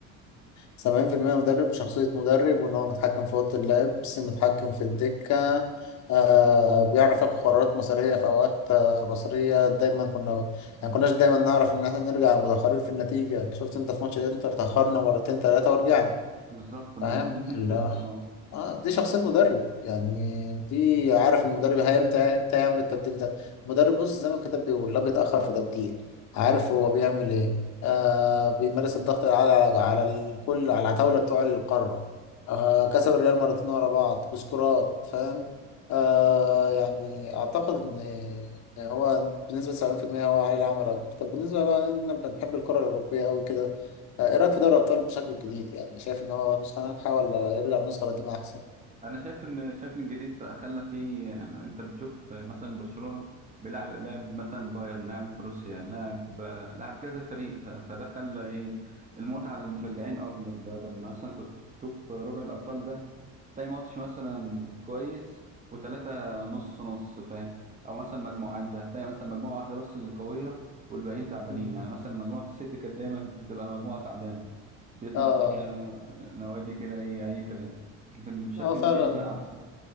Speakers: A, on the left (about 50°); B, on the right (about 20°).
A: 70% مدرب بشخصية مدرب وإن هو متحكم في أوضة اللبس متحكم في الدكة آه بيعرف ياخد قرارات مصيرية في أوقات آه بصرية دايما كنا يعني كناش دايما نعرف إن احنا نرجع متأخرين في النتيجة شفت أنت في ماتش الإنتر تأخرنا مرتين تلاتة ورجعنا
B: بالظبط كنا
A: فاهم
B: واخدين 2-0
A: اللي هو
B: أه
A: اه دي شخصية مدرب يعني دي عارف المدرب هي امتى امتى يعمل التبديل ده المدرب بص زي ما الكتاب بيقول لا بيتأخر في تبديل عارف هو بيعمل ايه آه بيمارس الضغط على على الكل على العتاولة بتوع القارة آه كسب الريال مرتين ورا بعض بسكورات فاهم آه يعني اعتقد ان إن هو بنسبة 70% هو عليه العمل اكتر طب بالنسبة بقى إن احنا بنحب الكرة الأوروبية أوي كده آه، ايه رايك في دوري الابطال بشكل جديد يعني شايف ان هو نسخه ناجحه ولا يرجع للنسخه القديمه احسن
B: انا شايف ان الشكل الجديد بقى خلى فيه يعني انت بتشوف مثلا برشلونة بيلعب لاعب مثلا بايرن لاعب بروسيا لاعب لاعب كذا فريق ف- فده خلى ايه المتعة للمشجعين اكبر بدل ما مثلا كنت بتشوف ربع الابطال ده تلاقي ماتش مثلا كويس وتلاتة نص نص فاهم او مثلا مجموعات ده هتلاقي مثلا مجموعة واحدة بس اللي قوية والباقيين تعبانين
A: مم.
B: يعني مثلا مجموعة السيتي كانت دايما بتبقى مجموعة تعبانة بيطلع
A: اه
B: فيها نوادي كده ايه اي كلام كان بشكل
A: اه هو فعلا
B: كبير بقى احسن